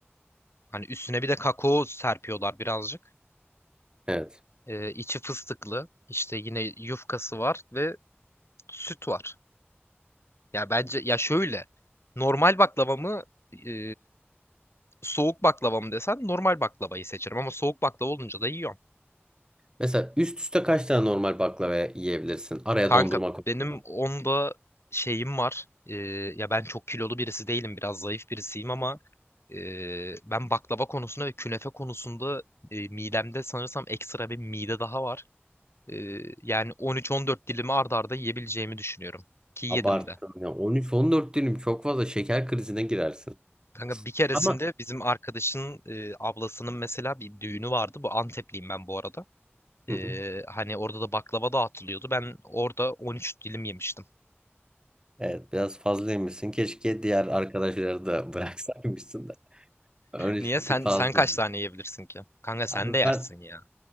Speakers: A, on the left; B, on the right.
A: Hani üstüne bir de kakao serpiyorlar birazcık.
B: Evet.
A: Ee, içi fıstıklı. İşte yine yufkası var ve süt var. Ya bence ya şöyle normal baklava mı e, soğuk baklava mı desen normal baklavayı seçerim ama soğuk baklava olunca da yiyorum.
B: Mesela üst üste kaç tane normal baklava yiyebilirsin? Araya
A: Kanka
B: dondurma koymadan.
A: benim onda şeyim var. Ee, ya ben çok kilolu birisi değilim biraz zayıf birisiyim ama e, ben baklava konusunda ve künefe konusunda e, midemde sanırsam ekstra bir mide daha var. Ee, yani 13-14 dilimi arda arda yiyebileceğimi düşünüyorum. Ki yedim
B: Abarttın
A: de.
B: ya. 13-14 dilim çok fazla şeker krizine girersin.
A: Kanka bir keresinde
B: Ama
A: bizim arkadaşın e, ablasının mesela bir düğünü vardı. Bu Antepliyim ben bu arada.
B: Hı
A: Ee,
B: hı.
A: hani orada da baklava dağıtılıyordu. Ben orada 13 dilim yemiştim.
B: Evet biraz fazlaymışsın Keşke diğer arkadaşları da <laughs> bıraksaymışsın da. Örneğin
A: Niye?
B: bir
A: Sen
B: tık fazla.
A: sen kaç tane yiyebilirsin ki? Kanka sen
B: Abi
A: de yersin
B: ben
A: ya.